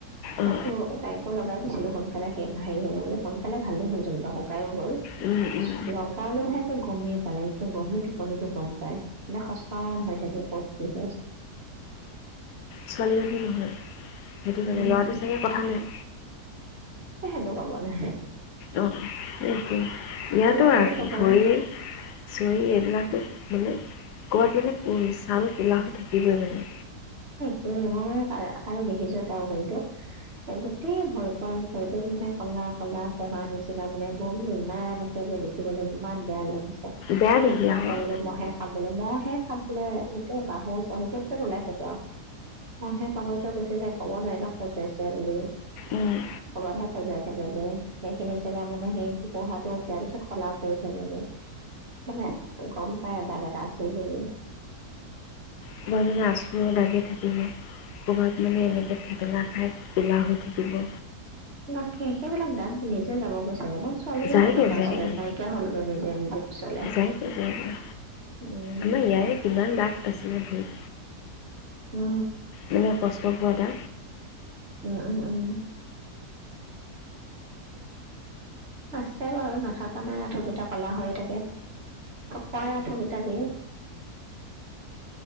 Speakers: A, on the left; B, on the right.
A: অঁ
B: সেইটো
A: অঁ অঁ
B: তাইকো লগাই দিছিলো সোনকালে সেই হৰি হ'ব বুলি সোনকালে ভালো হ'ল যেনিবা শুকাইও গ'ল।
A: উম উম উম
B: লগালেহে। গমেই পালে এতিয়া গভিৰ টোপনিতটো গম। পাই সষ্টম হৈ থাকে ক'ত কি হয়।
A: ছোৱালীৰ মানুহ নহয়। সেইটো
B: উম
A: কাৰণে ল'ৰাটো চাগে কথা নাই।
B: হেনেকুৱা মানে।
A: অ সেইটো ইয়াতো
B: ফুলে ফুলে
A: ভৰি,
B: চবৰে
A: চুই এইবিলাকতো। মানে, ক'ৰবাত মানে চাল কুলা হৈ থাকিবই মানে।
B: সেই মই কালি দেখিছো তাৰ ভৰিটোক গোটেই ভৰি ভৰিটোক মানে, কলা কলা ফোহা নিচিনা মানে গম ইমানকে যে দেখিবলৈ ইমান বেয়া লাগিছে।
A: বেয়া
B: দুখে
A: দেখি আকৌ
B: পায়
A: অঁ
B: গ'লে মহে খাবলৈ মহে। খাবলে গোটেই বাহু চহজত যেত ওলাই থাকে আৰু। মইহে কমাই থৈ গুচি যে ক'ব নোৱাৰিলোঁ খজাইছে বুলিও,
A: অঁ
B: ক'ৰবাতহে সজাই থাকেগৈ সেইখিনি জেগা মানে সেই টোপোহাটো উঠিয়াৰ পিছত কলাও পৰি থাকেগৈ, মানে গম পাই আৰু দাগ এটা আছিল বুলি।
A: ক'ৰবাত মানে আঁচুৰো লাগি থাকিব, ক'ৰবাত মানে এনেকৈ থঠেকেলা খাই কুলা হৈ থাকিব।
B: তাকে সেইবিলাক দাগ নিজে যাব গে। মোৰ ছোৱালীও
A: যায়গৈ
B: যেনেকুৱা
A: যায়গৈ
B: আছিলে নাইকিয়া হ'লগৈ নিজে নিজে পিছলে,
A: যায়গৈ যায়গৈ
B: উম।
A: আমাৰ ইয়াৰে কিমান দাগ আছিলে ভৰিত
B: অ।
A: মানে কষ্ট পোৱা তা।
B: উম উম উম। আছে বাৰু নাথকা নাই আঁঠুকেইটা ক'লা হৈ থাকে। প পাৰে আথু কিতা। কালি।